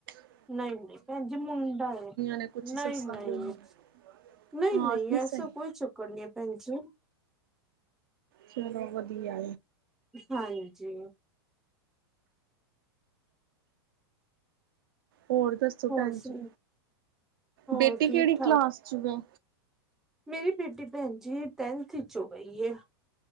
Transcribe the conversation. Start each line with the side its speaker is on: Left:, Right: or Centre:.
Right: <inaudible>
Centre: ਨਹੀਂ- ਨਹੀਂ ਭੈ ਮੁੰਡਾ ਹੈ।
Right: ਨੇ ਕੁਛ
Centre: ਨਹੀਂ
Right: ਸੱਸਾਂ
Centre: -ਨਹੀਂ।
Right: ਦੇ ਹੁੰਦੀਆਂ
Centre: ਨਹੀਂ
Right: ਹਾਂ
Centre: -ਨਹੀਂ ਐਸਾ
Right: ਸਹੀ
Centre: ਕੋਈ ਚੱਕਰ ਨਹੀਂ ਹੈ ਭੈਣਜੀ।
Right: ਚਲੋ ਵਧੀਆ।
Centre: ਹਾਂਜੀ।
Right: ਹੋਰ ਦੱਸੋ
Centre: ਹੋਰ
Right: ਭੈਣ
Centre: ਸੁ
Right: ਜੀ।
Centre: ਹੋਰ
Right: ਬੇਟੀੇ
Centre: ਠੀਕ
Right: ਕਿਹੜੀ
Centre: ਠਾਕ
Right: ਕਲਾਸ ਚ'ਏ।
Centre: ਮੇਰੀ ਬੇਟੀ ਭੈਣ ਜੀ, ਟੈਂਨਥ ਵਿੱਚ ਹੋ ਗਈ ਹੈ।